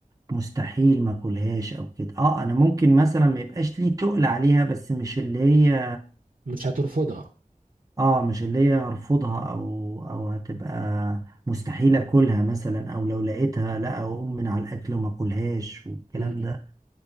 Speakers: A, on the right; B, on the right.
A: مستحيل ما اكلهاش او كده اه انا ممكن مثلا ما يبقاش لي تقل عليها بس مش اللي هي
B: مش هترفضها
A: اه مش اللي هي هرفضها او او هتبقى مستحيل اكلها مثلا او لو لقيتها لا اقوم من على الاكل وما اكلهاش والكلام
B: امم
A: ده